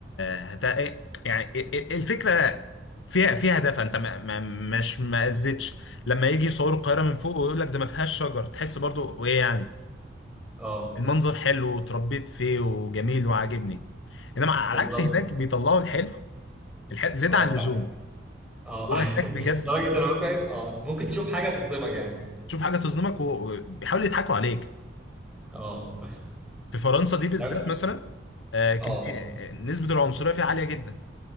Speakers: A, on the left; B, in the centre.
A: هت... إيه، يعني ال- ال- الفكره فيها فيها هدف انت ما... ما... مش ما اذيتش لما يجي يصوروا القاهره من فوق ويقول لك ده ما فيهاش شجر تحس برضو ايه يعني
B: اه
A: المنظر حلو وتربيت فيه وجميل وعاجبني انما على
B: بالظبط
A: العكس هناك بيطلعوا الحلو الحلو زيادة
B: اه
A: عن
B: فعلا
A: اللزوم
B: اه
A: هو هناك
B: <laughs>
A: بجد
B: لدرجه انا ممكن اه ممكن تشوف حاجه تصدمك يعني
A: تشوف حاجه تظلمك وبيحاولوا يضحكوا عليك
B: اه
A: في فرنسا دي بالذات
B: طب-
A: مثلا آه، كمية
B: اه
A: نسبة العنصرية فيه عالية جدا